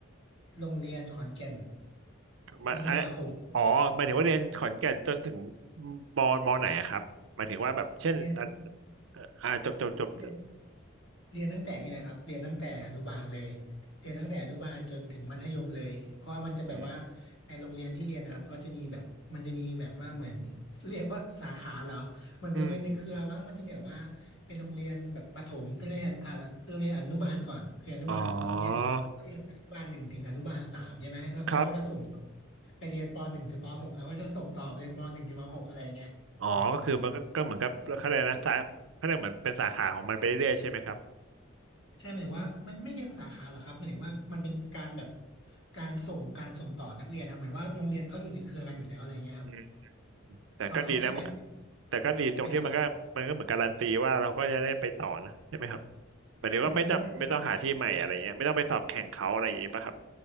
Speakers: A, on the left; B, on the right.
A: โรงเรียนขอนแก่น
B: มาอ่า
A: วิทยาคม
B: อ๋อหมายถึงว่าเรียนขอนแก่นจนถึงมมไหนอะครับหมายถึงว่าแบบเช่นอ่า
A: เรียน
B: อ่าจบจบจบจบ
A: เรียน เรียนตั้งแต่นี่แหละครับเรียนตั้งแต่อนุบาลเลยเรียนตั้งแต่อนุบาลจนถึงมัธยมเลยเพราะว่ามันจะแบบว่า
B: อืม
A: ในโรงเรียนที่เรียนนะครับก็จะมีแบบมันจะมีแบบว่าเหมือนเรียกว่าสาขาเหรอเหมือนเป็นโรงเรียนในเครือมั้งมันจะมีแบบว่าเป็นโรงเรียนแบบประถมเป็นโรงเรียนอ่าเป็นโรงเรียนอนุบาลก่อนเรียนอนุบาลของเนี้ยก็เรียนอนุบาลหนึ่งถึงอนุบาลสามใช่ไหมแล้วเขาก็จะส่งต่อ
B: อืมอ๋อครับ
A: ไปเรียนปหนึ่งถึงปหกแล้วเขาก็จะส่งต่อไปเรียนมหนึ่งถึงมหกอะไรเงี้ยเออประมาณ
B: อ๋อก็คือมันก็ก็เหมือนกับเขาเรียกนะสาเขาเรียกเหมือนเป็นสาขาของมันไปเรื่อยๆใช่ไหมครับ
A: ใช่หมายถึงว่ามันไม่เชิงสาขาหรอกครับหมายถึงว่ามันเป็นการแบบการส่งการส่งต่อนักเรียนนะเหมือนว่าโรงเรียนเขาอยู่ในเครือกันอยู่แล้วอะไรเงี้ยครับ
B: อื แต่ก็ดีนะมัน
A: เขาเขาแค่แบ่ง
B: แต่ก็ดีตรงที่มันก็มันก็เหมือนการันตีว่าเราก็จะได้ไปต่อนะใช่ไหมครับ
A: เป็นระดับ
B: หมายถึงว่าไม่จำไม่ต้องหาที่ใหม่อะไรเงี้ยไม่ต้องไปสอบแข่งเขาอะไรอย่างงี้ป่ะครับ
A: ใช่ใช่แต่